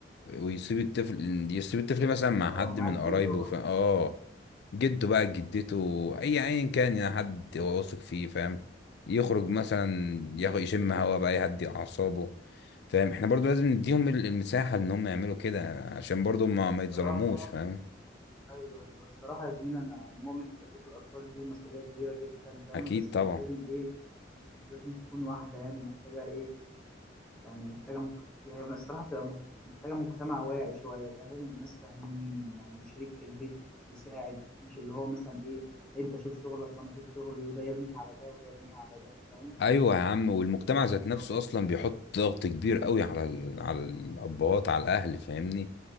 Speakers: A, on the left; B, in the centre.
A: ويسيب الطفل يسيب الطفل مثلا مع
B: اه
A: حد
B: معاك
A: من قرايبه
B: جزء
A: فاهم اه جده بقى جدته اي ايا كان يعني حد هو واثق فيه فاهم يخرج مثلا ياخد يشم هوا بقى يهدي اعصابه فاهم احنا برضو لازم نديهم ال- المساحة ان هم يعملوا كده عشان برضو ما
B: الصراحة
A: ما يتظلموش فاهم
B: أيوه أيوه الصراحة يا زميلي أنا أنا مؤمن إن تربية الأطفال دي مسؤولية كبيرة جدا فاهم
A: اكيد
B: بس
A: طبعا
B: مش لازم إيه مش لازم تكون واحدة يعني محتاجة إيه يعني محتاجة مك... يعني الصراحة بتبقى مح- محتاجة مجتمع واعي شوية فاهم وناس فاهمين يعني وشريك في البيت يساعد مش اللي هو مثلا إيه أنت شوف شغلك وأنا أشوف شغلي وده يرميها على ده وده يرميها على ده فاهم
A: ايوه يا عم والمجتمع
B: لازم يكون
A: ذات نفسه
B: في رقابة.
A: اصلا بيحط ضغط كبير قوي على ال... على الابهات على الاهل فاهمني